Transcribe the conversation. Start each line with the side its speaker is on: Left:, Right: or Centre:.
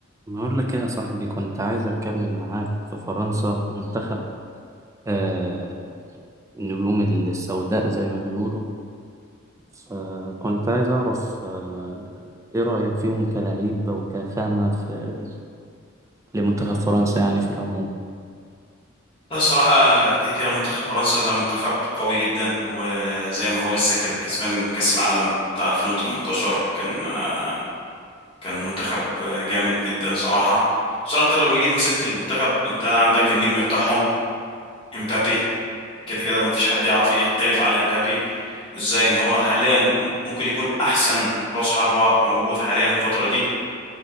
Right: بقول لك ايه يا صاحبي كنت عايز اتكلم معاك في فرنسا منتخب آه النجوم السوداء زي ما بيقولوا فكنت عايز اعرف آه ايه رأيك فيهم كلعيبة وكخامة في لمنتخب فرنسا يعني في العموم
Left: لا الصراحة كده كده منتخب فرنسا ده منتخب قوي جدا وزي ما هو لسه كان كسبان كأس العالم بتاع 2018 كان آه، كان منتخب آه، جامد جدا صراحة صراحة انت لو جيت مسكت المنتخب انت عندك النجم بتاعهم امبابي كده كده ما فيش حد يعرف يختلف على امبابي وازاي ان هو حاليا ممكن يكون احسن راس حربة موجود حاليا في الفترة دي